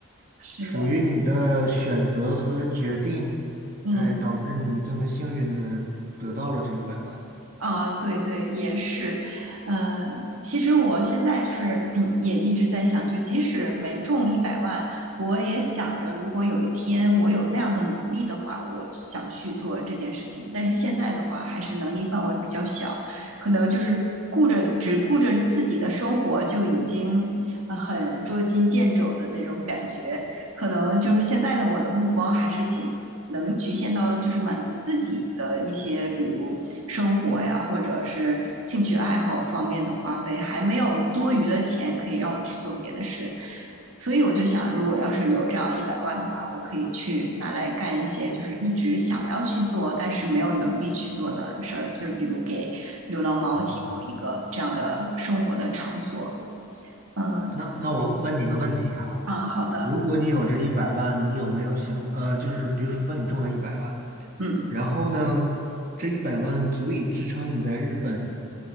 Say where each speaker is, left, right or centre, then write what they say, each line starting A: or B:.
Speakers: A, on the right; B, on the right.
A: 是的，
B: 属于你的选择和决定，
A: 嗯，
B: 才导致你这么幸运的得到了这一百万。
A: 啊，对对，也是，呃，其实我现在就是 <clears throat>，嗯，也一直在想，就即使没中一百万，我也想着，如果有一天我有那样的能力的话，我想去做这件事情。但是现在的话，还是能力范围比较小，可能就是顾着只顾着自己的生活，就已经呃很捉襟见肘的那种感觉。可能就是现在的我的目光还是仅能局限到就是满足自己的一些，比如生活呀，或者是兴趣爱好方面的花费，还没有多余的钱可以让我去做别的事。所以我就想，如果要是有这样一百万的话，我可以去拿来干一些就是一直想要去做，但是没有能力去做的事儿，就是比如给流浪猫提供一个这样的生活的场所。
B: 哦，
A: 嗯，
B: 那那我问你个问题哈，
A: 啊，好的，
B: 如果你有这一百万，你有没有想，呃，就是比如说你中了一百万，
A: 嗯
B: 然后呢，这一百万足以支撑你在日本，